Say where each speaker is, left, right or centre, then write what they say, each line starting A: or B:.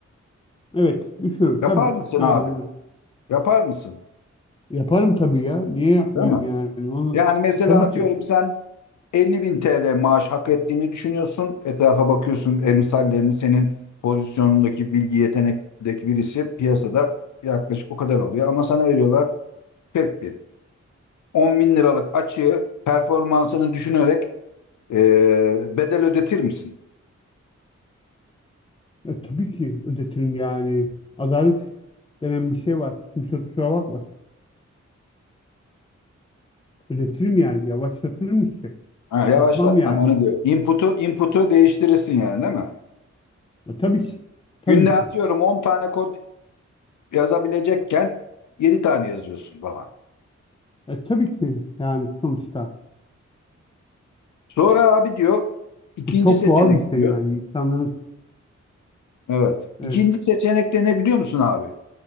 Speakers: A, on the left; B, on the left.
A: Evet. Düşürür.
B: Yapar
A: Tabii
B: mısın
A: ki. Aynen
B: abi?
A: öyle.
B: Yapar mısın?
A: Yaparım tabii ya. Niye yapmayayım
B: Değil mi?
A: yani? Onu
B: Yani mesela
A: tabii
B: atıyorum
A: ki.
B: sen 50 bin TL maaş hak ettiğini düşünüyorsun. Etrafa bakıyorsun emsallerini senin pozisyonundaki bilgi yetenekteki birisi piyasada yaklaşık o kadar alıyor. Ama sana veriyorlar 40 bin. 10 bin liralık açığı performansını düşünerek eee, bedel ödetir misin?
A: E, tabii ki ödetirim yani. Adalet denen bir şey var. Kimse kusura bakmasın. Ödetirim yani. Yavaşlatırım işte.
B: Ha, yavaşlat.
A: Yapmam yani.
B: Ben onu diyor. Input'u input'u değiştirirsin yani değil mi?
A: E, tabii ki. Tabii
B: Günde atıyorum
A: ki.
B: 10 tane kod yazabilecekken 7 tane yazıyorsun falan.
A: E, tabii ki yani sonuçta.
B: Sonra abi diyor ikinci
A: Bu çok
B: seçenek
A: doğal bir şey
B: diyor.
A: yani. İnsanların
B: Evet.
A: Evet.
B: İkinci seçenekte ne biliyor musun abi?